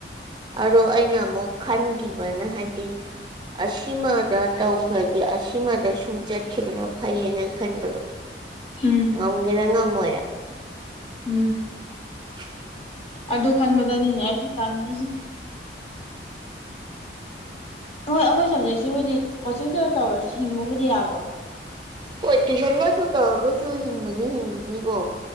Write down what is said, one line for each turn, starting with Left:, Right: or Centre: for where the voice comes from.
Right: ꯑꯗꯣ ꯑꯩꯅ ꯑꯃꯨꯛ ꯈꯟꯈꯤꯕꯅ ꯍꯥꯏꯗꯤ꯫ ꯑꯁꯤꯃꯗ ꯇꯧꯈ꯭ꯔꯗꯤꯦ ꯑꯁꯤꯃꯗ ꯁꯨꯝ꯫ ꯆꯠꯈꯤꯕꯅ ꯐꯩꯌꯦꯅ ꯈꯟꯕꯗꯣ
Left: ꯎꯝ
Right: ꯉꯝꯒꯦꯔꯥ ꯉꯝꯃꯣꯏꯔ꯫
Left: ꯎꯝ꯫
Right: ꯎꯝ꯫
Left: ꯑꯗꯨ ꯈꯟꯕꯗꯅꯤꯅꯦ ꯑꯩꯁꯨ ꯇꯥꯉꯁꯦ꯫ ꯍꯣꯏ ꯑꯩꯈꯣꯏ ꯁꯕꯖꯦꯛꯁꯤꯕꯨꯗꯤ ꯀꯣꯆꯤꯡꯗꯨ ꯇꯧꯔꯁꯨ ꯍꯤꯡꯕꯕꯨꯗꯤ ꯌꯥꯕ꯫
Right: ꯄꯣꯂꯤꯇꯤꯁꯟꯒꯁꯨ ꯇꯧꯒꯁꯨ ꯍꯤꯡꯕꯅꯤ ꯍꯤꯡꯕꯅꯤꯀꯣ